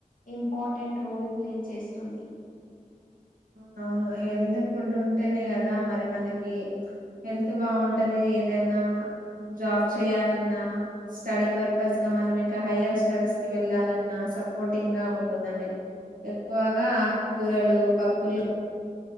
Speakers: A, on the left; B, on the right.
A: ఇంపార్టెంట్ రోల్ ప్లే చేస్తుంది
B: అవునవును హెల్తీ ఫుడ్ ఉంటేనే కదా మరి మనకి హెల్త్ బాగుంటది ఏదైనా జాబ్ చేయాలన్నా స్టడీ పర్పస్ గా మనం ఇంకా హైయర్ స్టడీస్ కి వెళ్ళాలన్నా సపోర్టింగ్ గా ఉంటుందండి ఎక్కువగా ఆకుకూరలు పప్పులు